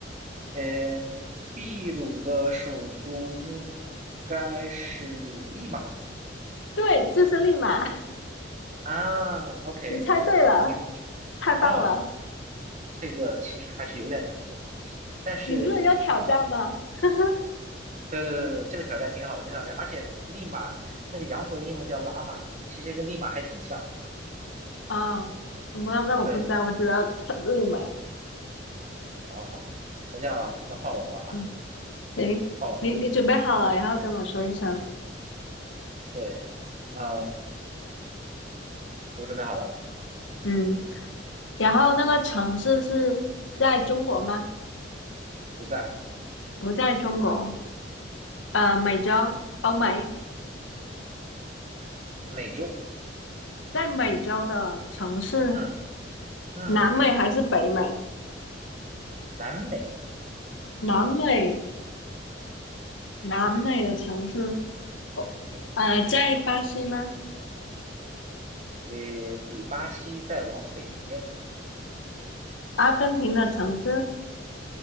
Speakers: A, on the right (about 40°); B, on the left (about 85°).
A: 呃，秘鲁的首都应该是利马
B: 对，就是利马。<laughs>
A: 啊。OK，
B: 你猜对了，
A: 明白。
B: 太棒了！
A: 哦，这个其实还是有点难度的，但是
B: 你不是要挑战吗？<laughs>
A: 对对对对，这个挑战挺好的，这个挑战，而且利马那个羊驼的英文叫拉玛，其实跟利马还挺像的。
B: 啊、我那那我不知道，
A: 对对对，
B: 我只知道猜利马。
A: 好好好，那这样了，那换我了啊，
B: 嗯，行，
A: 换我了啊。
B: 你你准备好了，然后跟我说一声。
A: 对，嗯，我准备好了，
B: 嗯，然后那个城市是在中国吗？
A: 不在
B: 不在中国，呃，美洲，欧美。
A: 美洲，
B: 在美洲的城市，
A: 嗯嗯，
B: 南美还是北美？
A: 南美，
B: 南美，南美的城市，不呃，
A: 对，
B: 在巴西吗？
A: 呃，比巴西再往北边，
B: 阿根廷的城市，